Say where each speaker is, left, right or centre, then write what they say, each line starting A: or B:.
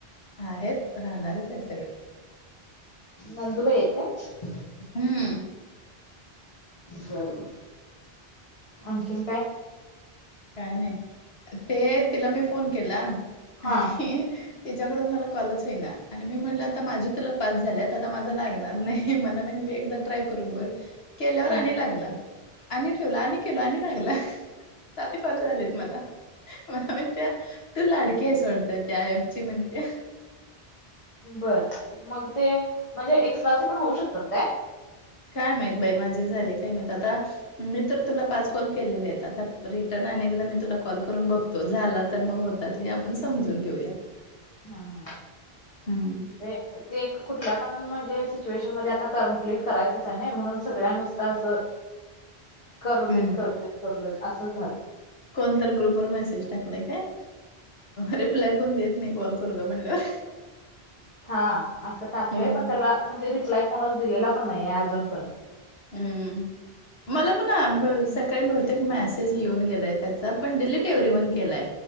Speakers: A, on the left; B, on the left.
A: आहेत राहणारेच सगळे.
B: नंदुबाई आहेत काय?
A: हम.
B: बर बर आणखीन काय.
A: काय नाही ते तिला मी फोन केला आणि
B: हा
A: त्याच्याकडून मला कॉलच होईना आणि मी म्हणलं आता माझे तुला पास झालेत आता माझा लागणार नाही मला म्हणली एकदा ट्राय करून बघ केल्यावर
B: हम्म
A: आणि लागला आणि ठेवला आणि केल आणि लागला. सारखे कॉल आलेत मला. मला म्हणत्या तू लाडक्यास वाटत त्या एपची म्हणते्या.
B: बर मग ते म्हणजे एक्स्ट्राचे पण होऊ शकतात काय?
A: काय माहित बाई माझे झाले काय माहित आता मित तर तुला पाच कॉल केलेले आहेत आता रिटर्न अनेकदा मी तुला कॉल करून बघतो झाला तर मग होतात हे आपण समजून घेऊया.
B: हम्म हम्
A: हम्म
B: ते ते कुठल्या पण म्हणजे सिच्युएशन मध्ये आता कमप्लीट करायचंच आहे ना म्हणून सगळ्या नुसत असं करू
A: हम्म
B: देत करू देत करू देत असंच झालं.
A: कोणतर ग्रुपवर मेसेज टाकलाय काय रिप्लाय कोण देत नाही कॉल करू का म्हणल्यावर.
B: हा असं टाकलंय
A: हम्म
B: पण त्याला म्हणजे रिप्लाय कोणच दिलेला पण नाही अजून पण.
A: हम्म मला पण सकाळी बहुतेक मॅसेज येऊन गेलाय त्याचा पण डिलीट एव्हरीवान केलाय